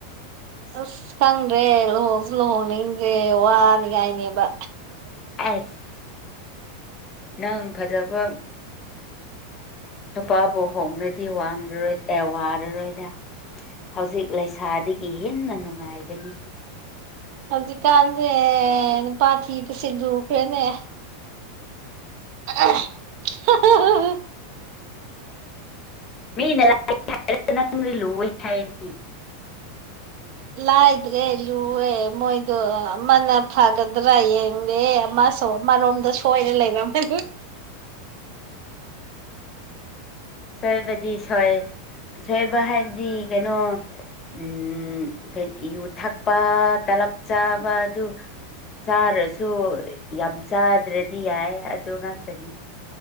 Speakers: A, on the right (about 55°); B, on the left (about 35°).
A: ꯑꯁ ꯈꯪꯗ꯭ꯔꯦ ꯂꯨꯍꯣꯡꯁꯨ ꯂꯨꯍꯣꯡꯅꯤꯡꯗ꯭ꯔꯦ ꯋꯥꯅꯤꯡꯉꯥꯏꯅꯦꯕ
B: ꯑꯁ ꯅꯪ ꯐꯖꯕ ꯅꯨꯄꯥꯕꯨ ꯍꯣꯡꯡꯂꯗꯤ ꯋꯥꯡꯉꯔꯣꯏ ꯑꯦ ꯋꯥꯔꯔꯣꯏꯗ ꯍꯧꯖꯤꯛ ꯂꯩꯁꯥꯗꯒꯤ ꯍꯦꯟꯅ ꯅꯨꯡꯉꯥꯏꯒꯅꯤ
A: ꯍꯧꯖꯤꯛꯀꯜꯅꯦꯦ ꯅꯨꯄꯥꯊꯤꯕ ꯁꯤꯗꯈ꯭ꯔꯦꯅꯦ ꯑ <unintelligible>
B: ꯃꯤꯅ ꯂꯥꯛ ꯍꯥꯏꯔꯒ ꯅꯪꯗꯤ ꯂꯨꯒ ꯍꯥꯏꯅꯤ
A: ꯂꯥꯏꯗ꯭ꯔꯦ ꯂꯨꯑꯦ ꯃꯣꯏꯗꯣ ꯑꯃꯅ ꯐꯒꯗ꯭ꯔꯥ ꯌꯦꯡꯉꯦ ꯑꯃ ꯁ ꯃꯔꯣꯝꯗ ꯁꯣꯏꯔ ꯂꯩꯔꯝꯃꯦ
B: ꯁꯣꯏꯕꯗꯤ ꯁꯣꯏ ꯁꯣꯏꯕ ꯍꯥꯏꯕꯗꯤ ꯀꯩꯅꯣ ꯎꯝ ꯀꯩ ꯌꯨ ꯊꯛꯄ ꯇꯂꯞ ꯆꯥꯕ ꯑꯗꯨ ꯆꯥꯔꯁꯨ ꯌꯥꯝ ꯆꯥꯗ꯭ꯔꯗꯤ ꯌꯥꯏ ꯑꯗꯨ ꯉꯥꯛꯇꯅꯤ